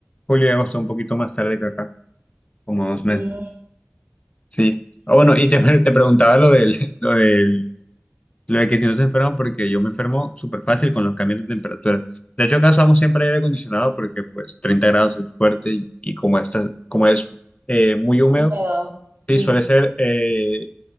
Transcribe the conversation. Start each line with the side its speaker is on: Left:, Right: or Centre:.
Left: Julio y agosto un poquito más tarde que acá, como dos
Right: Sí,
Left: meses. Sí.
Right: sí,
Left: Ah, bueno, y te, <laughs> te preguntaba lo del, lo del Lo de que si no se enferman, porque yo me enfermo súper fácil con los cambios de temperatura. De hecho, acá usamos siempre aire acondicionado porque pues 30 grados es fuerte y, y como, esta- como es eh, muy húmedo,
Right: húmedo, sí,
Left: sí, suele ser, eh,